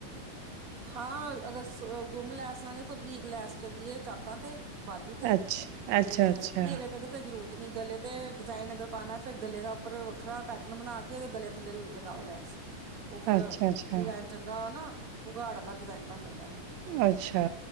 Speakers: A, on the right; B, on the right.
A: ਹਾਂ, ਅਗਰ ਸ ਗੁੰਮ ਲੈਸਾਂ ਨੇ ਫਿਰ ਬਰੀਕ ਲੈਸ ਚੱਲਦੀ ਏ ਚਾਕਾਂ ਤੇ। ਬਾਜੂ ਤੇ,
B: ਅੱਛਾ ਅੱਛਾ
A: ਤੇ
B: ਅੱਛਾ
A: ਘੇਰੇ ਤੇ ਤੇ ਫਿਰ ਜ਼ਰੂਰ ਨੀ ਗਲੇ ਤੇ ਡਿਜ਼ਾਇਨ ਅਗਰ ਪਾਣੈ ਫਿਰ ਗਲੇ ਦਾ ਉਪਰ ਵੱਖਰਾ ਪੈਟਰਨ ਬਣਾ ਕੇ ਓਦੇ ਗਲੇ ਥੱਲੇ ਲਗਾਓ ਲੈਸ। ਓਹ ਫੇਰ
B: ਅੱਛਾ ਅੱਛਾ
A: ਡਿਜਾਇਨ ਚੰਗਾ ਨਾ ਉਗਾੜ ਆਲਾ ਡਿਜਾਇਨ ਬਣ ਜਾਂਦੈ।
B: ਅੱਛਾ।